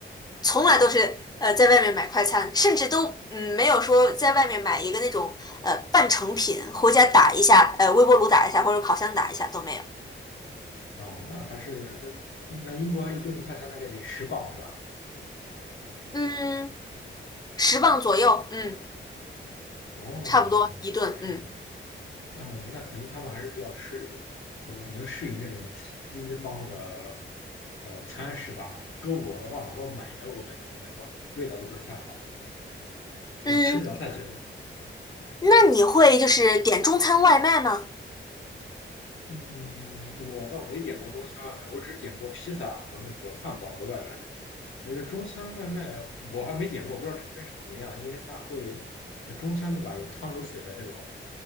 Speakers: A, on the left (about 20°); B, on the left (about 80°).
A: 从来都是呃在外面买快餐，甚至都嗯没有说在外面买一个那种呃半成品回家打一下，呃微波炉打一下或者烤箱打一下都没有。
B: 哦，那还是真，那英国一顿快餐大概得十磅是吧？
A: 嗯，十磅左右，嗯，
B: 哦，
A: 差不多一顿，
B: 对，是这样。
A: 嗯
B: 嗯，那可能他们还是比较适，呃，能适应这种西方的呃餐食吧。搁我的话，哪怕买的，我感觉它那个味道都不是太好，
A: 嗯，
B: 我吃不了太久。
A: 那你会就是点中餐外卖吗？
B: 嗯，我倒没点过中餐外卖，我只点过披萨和那个汉堡的外卖。我觉得中餐外卖我还没点过，我不知道这边是怎么样，因为它会呃中餐对吧？有汤有水的这种，